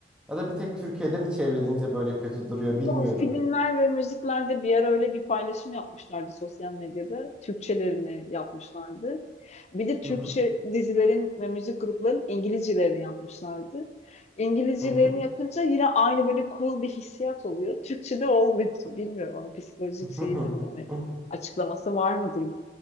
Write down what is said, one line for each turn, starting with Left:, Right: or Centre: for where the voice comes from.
Centre: Ya da bir tek Türkiye'de mi çevrilince böyle kötü duruyor bilmiyorum.
Left: Ama filmler ve müziklerde bir ara öyle bir paylaşım yapmışlardı sosyal medyada. Türkçelerini yapmışlardı. Bir de Türkçe
Centre: hı hı,
Left: dizilerin ve müzik gruplarının İngilizcelerini yapmışlardı. İngilizcelerini
Centre: hı hı,
Left: yapınca yine aynı böyle cool bir hissiyat oluyor. Türkçe'de olmuyor. <laughs> Bilmiyorum ama psikolojik şeyi
Centre: hı hı.
Left: nedir? Hani
Centre: <laughs>
Left: açıklaması var mıdır?